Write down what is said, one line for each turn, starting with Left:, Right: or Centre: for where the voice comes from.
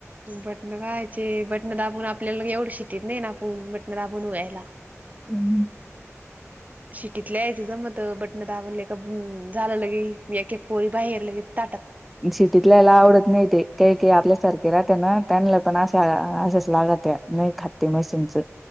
Right: बटन काायचे बटन दाबून आपल्याला एवढं शिटत नाही ना आपण बटन दाबून वयला
Centre: हम्
Right: शिटीतल्या यायचं जमत बटण दाबले का झालं लगे मी एक एक पोळी बाहेर लगे ताटत
Centre: शिटीतलायला आवडत नाही ते काही काही आपल्यासारखे राहते ना त्यांना पण अशा असशाच लागत या नाही खाते मशीिनचं